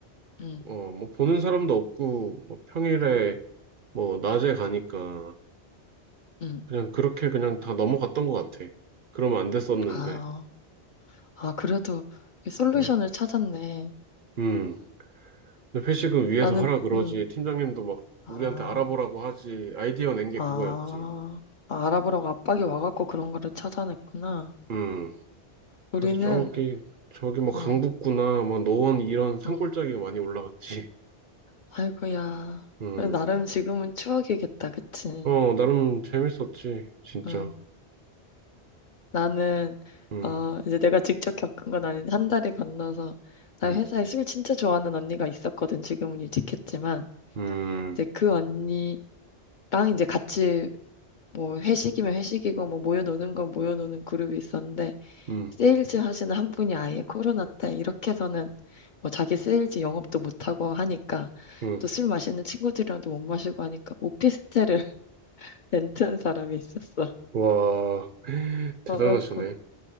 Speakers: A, on the left (about 55°); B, on the right (about 55°).
A: 음,
B: 어, 뭐 보는 사람도 없고 뭐 평일에 뭐 낮에 가니까
A: 음.
B: 그냥 그렇게 그냥 다 넘어갔던 것 같아. 그러면 안 됐었는데.
A: 아, 아, 그래도 솔루션을
B: 응.
A: 찾았네.
B: 음. 근데 회식은 위에서
A: 나는,
B: 하라 그러지.
A: 음,
B: 팀장님도 막
A: 아,
B: 우리한테 알아보라고 하지. 아이디어 낸 게
A: 아,
B: 그거였지.
A: 아, 알아보라고 압박이 와갖고 그런 거를 찾아냈구나.
B: 음.
A: 우리는,
B: 그래서 저기 저기 뭐 강북구나
A: 어,
B: 막 노원 이런
A: 어.
B: 산골짜기가 많이 올라갔지.
A: 아이고야.
B: 음.
A: 그래도 나름 지금은 추억이겠다, 그치?
B: 어, 나름 재밌었지. 진짜.
A: 응. 나는,
B: 음.
A: 어, 이제 내가 직접 겪은 건 아닌데, 한 달이 건너서, 나
B: 음.
A: 회사에 술 진짜 좋아하는 언니가 있었거든. 지금은 일찍했지만,
B: 음.
A: 이제 그 언니랑 이제 같이 뭐 회식이면 회식이고, 뭐 모여노는 건 모여노는 그룹이 있었는데,
B: 음.
A: 세일즈 하시는 한 분이 아예 코로나 때 이렇게 해서는 뭐 자기 세일즈 영업도 못하고 하니까,
B: 음.
A: 또 술 마시는 친구들이랑도 못 마시고 하니까 오피스텔을 렌트한 사람이 있었어.
B: 와, <laughs> 대단하시네.
A: 어, 그래갖고